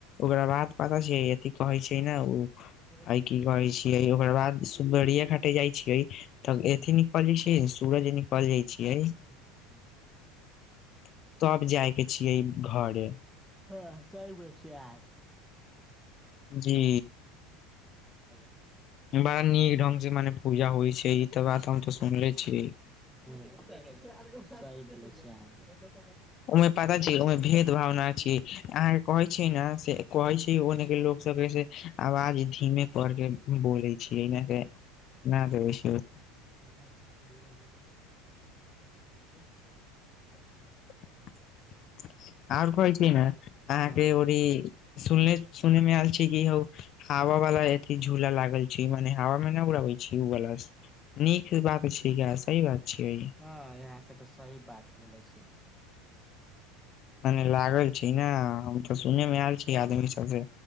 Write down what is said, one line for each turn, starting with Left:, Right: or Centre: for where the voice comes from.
Left: ओकरा बाद पता छै अथी कहै छै न ओ
Centre: <unintelligible>
Left: ह की कहै छियै ओकर बाद सुगरिया घाटे जाय छियै तऽ
Centre: हुं
Left: एथि नै कलै छै सूरज
Centre: <unintelligible>
Left: निकल जाइ छियै <inaudible> तब जाइकेँ छियै घरे
Centre: हँ सही बोलय छियै
Left: जी
Centre: <unintelligible> <unintelligible>
Left: बड़ा नीक ढंग से मने पूजा होइ छै ई त बात हम तो सुनले छियै
Centre: <unintelligible>
Left: ओ में पाता छी ओइ में भेद भावना छी अहाँ कऽ कहै छियै न से कहै छी ओने केँ लोक सब कहै आवाज धीमे कर केँ बोलै छियै <unintelligible>
Centre: <unintelligible> <unintelligible>
Left: <inaudible> और कहै छी न अहाँकेँ
Centre: हँ
Left: ओ ई सुनने सुुने में ऐल छी कि ह हावा वला झूला लागल छै मने हवा में न उड़ाबे छी उ गला नीक बात छै सही बात छियैै
Centre: हँ यहाँकेँ तऽ सही बात बोलै छी
Left: मने लागल छी ने हम तऽ सुने
Centre: हुं
Left: में ऐल छी आदमी सब से